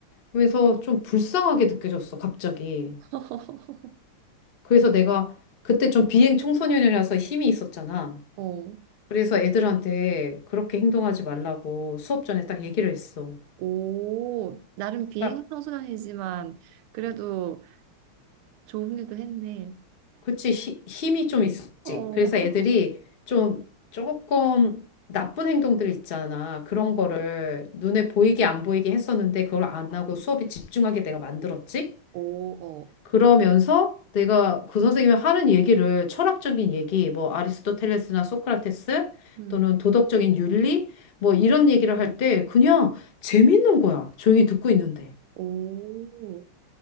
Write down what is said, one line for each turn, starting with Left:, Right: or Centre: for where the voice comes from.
Left: 그래서 좀 불쌍하게 느껴졌어, 갑자기.
Right: <laughs>
Left: 그래서 내가 그때 좀 비행 청소년이라서 힘이 있었잖아.
Right: 어.
Left: 그래서 애들한테 그렇게 행동하지 말라고 수업 전에 딱 얘기를 했어.
Right: 오, 나름 비행선수단이지만
Left: 그러니까
Right: 그래도 좋은 일도 했네.
Left: 그치, 히- 힘이 좀 있었지.
Right: 어.
Left: 그래서
Right: <laughs>
Left: 애들이 좀 조금 나쁜 행동들 있잖아. 그런
Right: 음.
Left: 거를 눈에 보이게 안 보이게 했었는데 그걸 안 하고 수업에 집중하게 내가 만들었지.
Right: 오, 어.
Left: 그러면서 내가 그 선생님이 하는 얘기를 철학적인 얘기, 뭐 아리스토텔레스나 소크라테스
Right: 음.
Left: 또는 도덕적인 윤리 뭐 이런 얘기를 할 때 그냥 재밌는 거야. 조용히 듣고 있는데.
Right: 오,